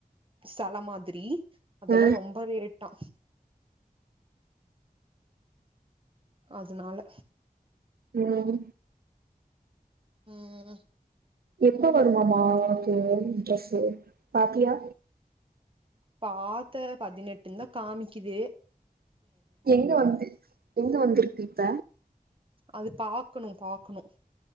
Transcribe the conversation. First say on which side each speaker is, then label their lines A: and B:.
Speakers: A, on the right; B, on the right.
A: செல மாதிரி அதெல்லா
B: ஆ
A: ரொம்ப ரே ட்டா அதனால
B: உம்
A: உம்
B: எப்போ வருமாம்மா ஒனக்கு ட்ரெஸ்ஸு பாத்தியா
A: பாத்தே பதினெட்டுந்தா காமிக்கிது
B: எங்க வந்து எங்க வந்துருக்கு இப்ப
A: அது பாக்குணு பாக்குணு